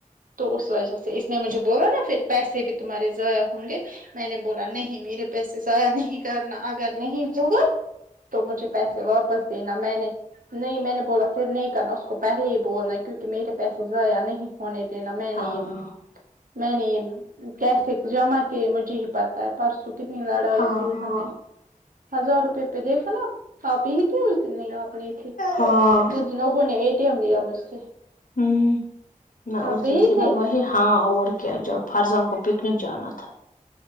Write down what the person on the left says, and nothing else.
ہاں
ہاں
ہاں
ہم میں اس
دن تھی
نا وہی ہاں اور کیا جب فرزوں کو پکنک جانا تھا